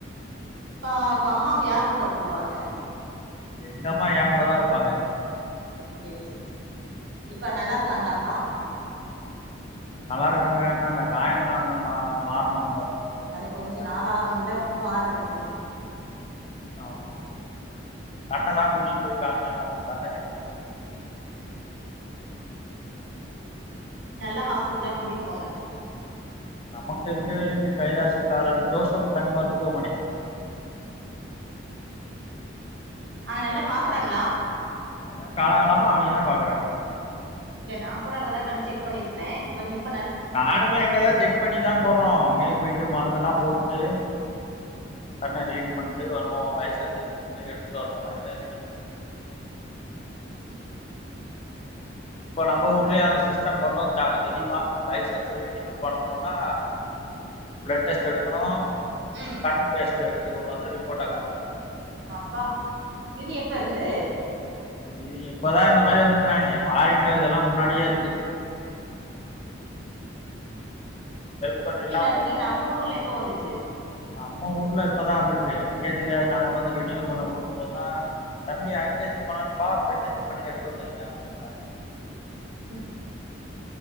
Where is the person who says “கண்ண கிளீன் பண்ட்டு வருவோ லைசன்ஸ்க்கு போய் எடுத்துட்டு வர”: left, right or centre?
Left